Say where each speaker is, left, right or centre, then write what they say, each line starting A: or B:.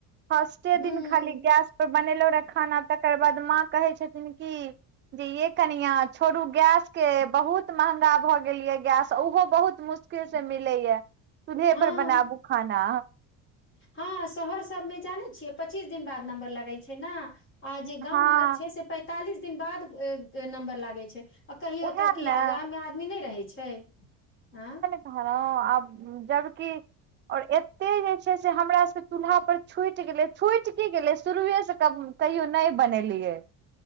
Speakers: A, on the right (about 30°); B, on the left (about 30°).
A: फस के दिन
B: हूँ
A: खाली गैस पे बनेलहु रहे खाना तकर बाद माँ कहे छथिन की जे ये कनिआ छोड़ू गैस के बहुत महगा भऽ गेल यए गैस ओहो बहुत मुश्किल से मिले या चुलहे
B: हँ
A: पर बनाबू खाना
B: हँ शहर सबमे जानै छियै पच्चीस दिन बाद नम्बर लगै छै न आ जे गाम
A: हँ
B: घर छै से पैंतालिस दिन बाद नम्बर लागे छै आ कहियो
A: उएह
B: तऽ किया
A: ने
B: गाम मे आदमी नय रहै छै आँ
A: हँ आब जबकि और एते जे छै से हमरा सब के चूल्हा पर छुटि गेले छुट की गेले शुरुए से कब कहियो नय बनेलियै